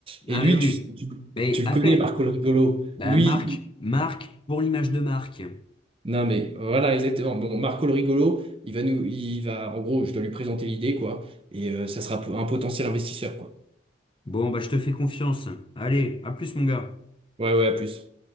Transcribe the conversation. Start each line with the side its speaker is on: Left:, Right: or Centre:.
Right: et
Left: Ah,
Right: lui,
Left: mais oui.
Right: tu, tu,
Left: Mais
Right: tu le
Left: appelle.
Right: connais, Marco le Rigolo.
Left: Bah,
Right: Lui,
Left: Marc,
Right: il-
Left: Marc, pour l'image de Marc.
Right: non mais voilà, exactement. Bon, Marco le Rigolo, il va nous, il va, en gros, je dois lui présenter l'idée, quoi. Et euh, ça sera un potentiel investisseur, quoi.
Left: Bon, bah, je te fais confiance. Allez, à plus, mon gars.
Right: Ouais, ouais, à plus.